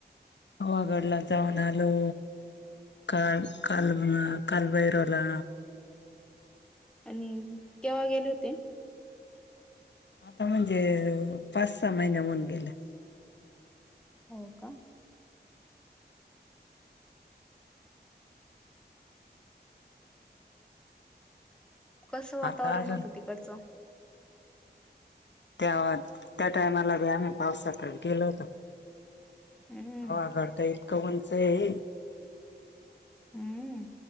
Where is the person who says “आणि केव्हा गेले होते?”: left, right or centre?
Centre